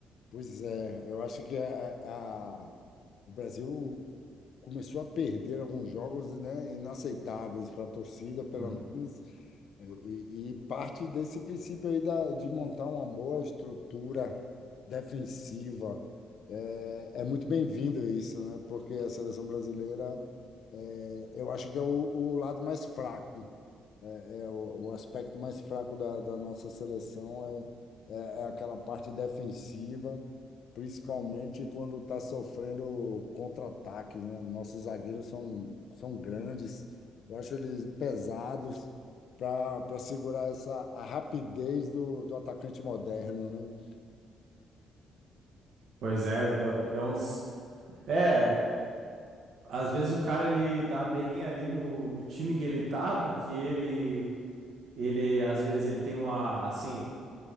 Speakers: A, on the left; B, on the right.
A: Pois é, eu acho que a, a- o Brasil começou a perder alguns jogos, né, inaceitáveis para a torcida, pelo
B: Hum.
A: menos, e, e parte desse princípio aí da, de montar uma boa estrutura defensiva. É, é muito bem-vindo isso, né, porque a seleção brasileira, é, eu acho que é o, o lado mais fraco. É, O, o aspecto mais fraco da, da nossa seleção é, é, é aquela parte defensiva, principalmente quando está sofrendo contra-ataques, né? Nossos zagueiros são, são grandes, eu acho eles pesados para para segurar essa a rapidez do, do atacante moderno, né?
B: Pois é, é, é uns. É, às vezes o cara ele dá bem ali no, no time que ele tá, porque ele, ele, às vezes, ele tem uma, assim,